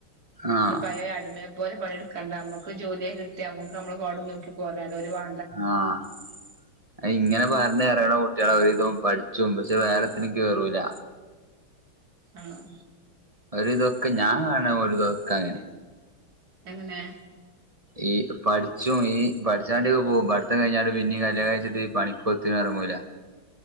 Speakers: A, on the right; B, on the right.
A: ആഹ്
B: പഴേ അടിമ പോലെ പണിഡ്ക്കണ്ട നമ്മക്ക് ജോലിയൊക്കെ കിട്ടിയാ നമ്മക്ക് നമ്മളെ പാടും നോക്കി പോവാലോ ഓരു വാ
A: ആഹ് അത് ഇങ്ങനെ പറ അറിയണ കുട്ടികളെ ഒരുവിധം പഠിച്ചും പക്ഷെ വേറെതിന് കേറൂല്ല
B: ആഹ്
A: ഓരു വിതമൊക്കെ ഞാൻ കാണുന്നതൊക്കെ അങ്ങനെ
B: എങ്ങനെ?
A: ഈ പഠിച്ചും ഈ പഠിച്ചാണ്ടേൊക്കെ ഈ പഠിച്ചൻ ഒക്കെ പോകും പഠിത്തം കഴിഞ്ഞാല് പിന്നെ കല്യാണം കൈച്ചിട്ട് പണിക്കൊത്ത ഇറങ്ങൂല